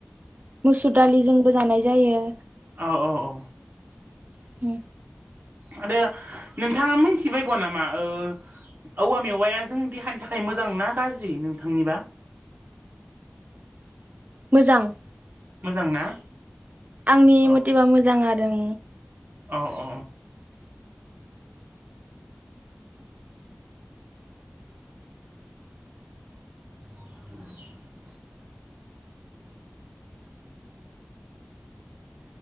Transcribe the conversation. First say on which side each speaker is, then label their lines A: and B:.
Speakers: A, on the right; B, on the right.
A: मुसुर दालिजोंबो जानाय जायो।
B: औ औ
A: <inaudible>
B: आरो नोंथाङा मोनथिबायगौ नामा ओ औवा मेवाया जोंनि देहानि थाखाय मोजां ना गाज्रि नोंथांनिबा? <inaudible>
A: मोजां।
B: मोजां ना?
A: आंनि
B: औ
A: मतेबा मोजां आरो।
B: औ अ <unintelligible>